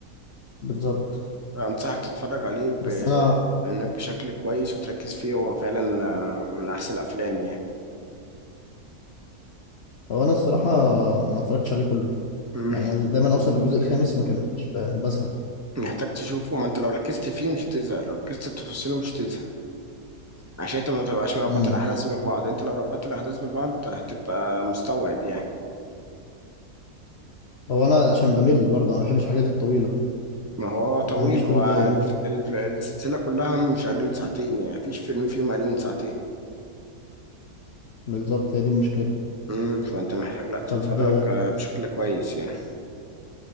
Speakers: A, on the left; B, on the right.
A: بالظبط
B: أنصحك تتفرج عليه بإنك
A: بس أنا
B: بشكل كويس وتركز فيه هو فعلا آه، من أحسن الأفلام يعني
A: هو أنا الصراحة ما اتفرجتش عليه كله
B: مم.
A: يعني عايز دايما اوصل للجزء الخامس ما كملش ب- بزهق
B: محتاج تشوفه ما أنت لو ركزت فيه مش هتزهق لو ركزت في تفاصيله مش هتزهق عشان أنت ما تبقاش مربط
A: امم
B: الأحداث ببعض أنت لو ربطت الأحداث ببعض هتبقى مستوعب يعني
A: هو انا عشان بمل برضه انا ما بحبش الحاجات الطويله
B: ما هو طويل
A: ما عنديش
B: هو
A: طولة بال انا
B: الف... الف... السلسلة كلها مش أقل من ساعتين يعني مفيش فيلم فيهم أقل من ساعتين
A: بالظبط هي دي المشكله
B: مم. فأنت محتاج لأ تتفرج
A: طب آه،
B: آه، بشكل كويس يعني